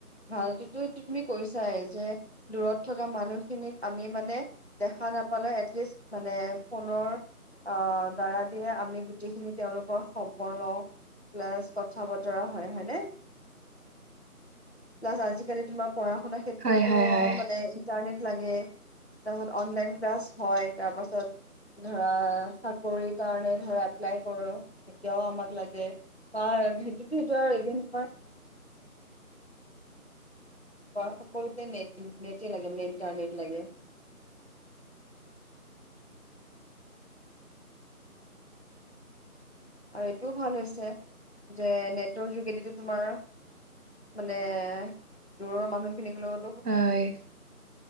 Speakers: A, on the left; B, on the right.
A: ভালটোতো তুমি কৈছাই, যে দূৰত থকা মানুহখিনিক আমি মানে দেখা নাপালে এটলিষ্ট, মানে ফোনৰ আহ দ্বাৰা দিয়ে আমি যিখিনি তেওঁলোকৰ সম্পৰ্ক প্লাছ কথা-বতৰা হয়, হয়নে? প্লাছ আজিকালি তোমাৰ পঢ়া-শুনাাৰ ক্ষেত্ৰতো
B: হয় হয় হয়
A: মানে ইন্টাৰনেট লাগে। তাৰপাছত অনলাইন ক্লাছ হয়, তাৰপাছত ধৰা, চাকৰি কাৰণে ধৰা এপ্লাই কৰোঁ তেতিয়াও আমাক লাগে, বা সেইটোতো সেইটো আৰু ইভেন তোমাৰ <unintelligible> প্ৰায় চাকৰিতে নেটেই লাগে, মেইনটো নেট লাগে। আৰু এইটোও ভাল হৈছে যে নেটৰ যোগেদিটো তোমাৰ মানে দূৰৰ মানুহখিনিক লগত
B: হয়।